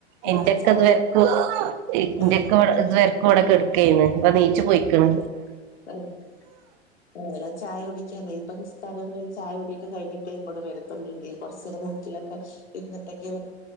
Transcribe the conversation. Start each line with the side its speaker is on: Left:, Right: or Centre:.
Right: ഇന്റെക്ക
Left: ആഹ് ചായ
Right: ഇതുവെര്ക്കും ഇന്റെക്ക
Left: ആഹ്
Right: ഇത് വെ <unintelligible> കെട്ക്കേന്ന് ഇപ്പൊ ണീച്ച് പൊയ്ക്ക്ണ്
Left: <unintelligible> ചായ കുടിക്ക നേപ്പസ്കാരം ചായ കുടി കഴിഞ്ഞിട്ടേ ഇങ്ങോട്ട്‌ വരത്തുള്ളൂ ഇല്ലിൽ കൊർച്ചേരം മൂക്കിലൊക്കെ ഇര്ന്നിട്ടേ വ